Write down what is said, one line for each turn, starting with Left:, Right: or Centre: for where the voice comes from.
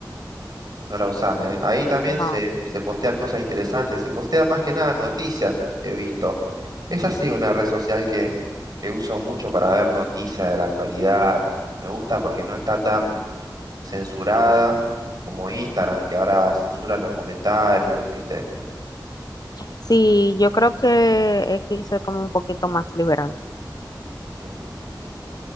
Right: No la usás, ¿eh? Ahí también
Left: No.
Right: se, se postean cosas interesantes, se postean más que nada noticias, he visto. Es así una red social que, que uso mucho para ver noticias de la actualidad. Me gusta porque no está tan censurada como Instagram, que ahora censuran
Left: Ujú.
Right: los comentarios, ¿viste?
Left: Sí, yo creo que X es como un poquito más liberal,
Right: Ujú, ujú.